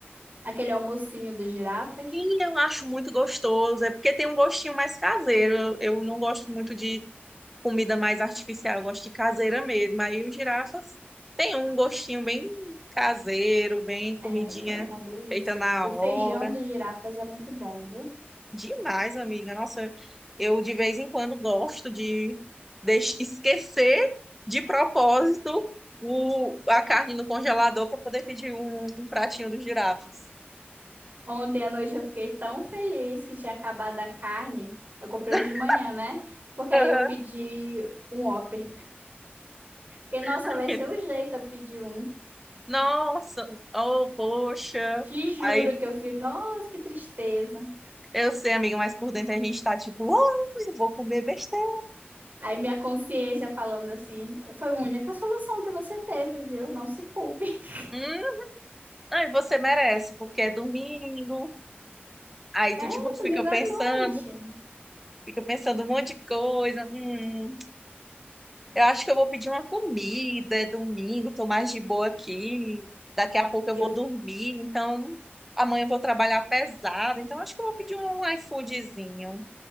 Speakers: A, on the right; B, in the centre.
A: Aquele almocinho dos girafas
B: Sim, eu acho muito gostoso. É porque tem um gostinho mais caseiro. Eu, eu não gosto muito de comida mais artificial, eu gosto de caseira mesmo. Aí os girafas tem um gostinho bem caseiro, bem comidinha
A: é uma delícia.
B: feita na
A: O feijão
B: hora.
A: dos girafas é muito bom, viu?
B: Demais, amiga. Nossa, eu de vez em quando gosto de deix- esquecer de propósito o, a carne no congelador para poder pedir um, um pratinho dos girafas.
A: Ontem à noite eu fiquei tão feliz que tinha acabado a carne. Eu comprei
B: <laughs>
A: hoje de manhã, né? Porque
B: Aham.
A: aí eu pedi um Whopper. Fiquei, nossa,
B: Aí,
A: vai ser o jeito eu pedir um.
B: Nossa, oh, poxa.
A: Te juro
B: Aí
A: que eu fiz, nossa, que tristeza.
B: eu sei, amiga, mas por dentro a gente tá tipo, oh, eu vou comer besteira.
A: Aí minha consciência falando assim, foi a única solução que você teve, viu? Não se culpe. <laughs>
B: Hum, aí você merece, porque é domingo. Aí
A: É,
B: tu tipo fica
A: domingo
B: pensando,
A: à noite.
B: fica pensando um monte de coisa. Hum. Eu acho que eu vou pedir uma comida, é domingo, tô mais de boa aqui. Daqui a pouco eu
A: Eu
B: vou dormir, então amanhã eu vou trabalhar pesado, então acho que eu vou pedir um iFoodzinho.